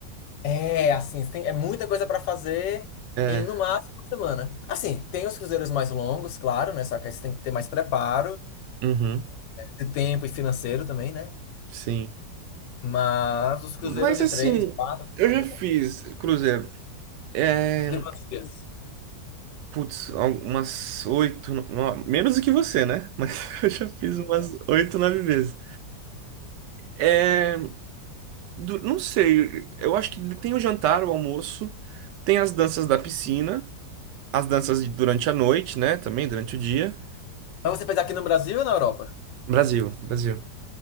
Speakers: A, on the left; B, on the right.
A: É, assim, tem, é muita coisa pra fazer
B: É.
A: em no máximo uma semana. Assim, tem os cruzeiros mais longos, claro, né? Só que aí você tem que ter mais preparo,
B: Uhum,
A: de tempo e financeiro também, né?
B: sim.
A: Mas os cruzeiros
B: Mas
A: de
B: assim,
A: três, quatro
B: eu já
A: dias,
B: fiz
A: é-
B: cruzeiro. É,
A: de quantos dias?
B: putz, umas oito, no- no- menos do que você, né? Mas <laughs> eu já fiz umas oito, nove vezes. É, du- não sei, eu acho que tem o jantar, o almoço, tem as danças da piscina, as danças de- durante a noite, né? Também durante o dia.
A: Mas você fez aqui no Brasil ou na Europa?
B: Brasil, Brasil.